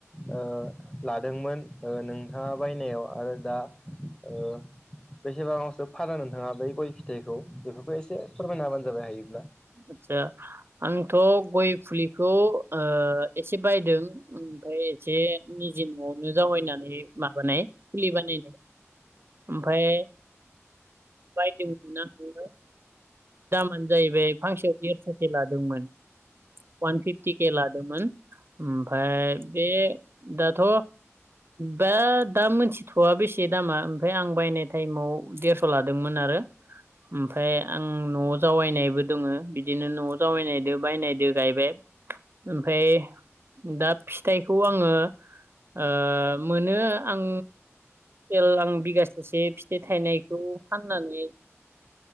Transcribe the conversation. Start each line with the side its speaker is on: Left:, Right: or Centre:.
Left: ओ लादोंमोन ओ नोंथाङा बायनायाव आरो दा ओ बेसेबाङावसो फाना नोंथाङा बै गय फिथाइखौ। बेफोरखौ एसे फोरमायना हाबानो जाबाय हायो।
Right: आस्सा आंथ' गय फुलिखौ ओ एसे बायदों ओमफ्राय मोनसे निजे न'आवनो जावैनानै माबानाय फुलि बानायनाय। ओमफ्राय बायदोंमोन दामानो जाहैबाय फांसेआव देस'सो लादोंमोन। उवान फिफटि केे लादोंमोन ओमफाय बे दाथ' दा दा मोनथिथ'आ बेसे दामा ओमफाय आं बायनाय टाइमाव देरस' लादोंमोन आरो। ओमफाय आं न'आव जावायनायबो दङो बिदिनो न'आव जावैनायदो बायनायदो गायबाय। ओमफाय दा फिथाइखौ आङो ओ मोनो आं एल आं बिगासेसे फिथाइ थायनायखौ फाननानै